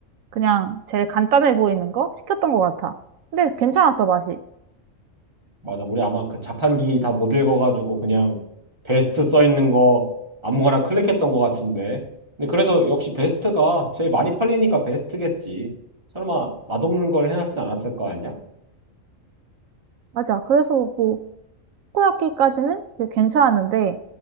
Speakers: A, on the right; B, on the right.
A: 그냥 제일 간단해 보이는 거 시켰던 것 같아. 근데 괜찮았어, 맛이.
B: 맞아. 우리 아마 그 자판기 다 못 읽어가지고 그냥 베스트 써 있는 거 아무거나 클릭했던 것 같은데. 근데 그래도 역시 베스트가 제일 많이 팔리니까 베스트겠지. 설마 맛없는 걸 해놨진 않았을 거 아니야?
A: 맞아. 그래서 뭐 코야키까지는 이제 괜찮았는데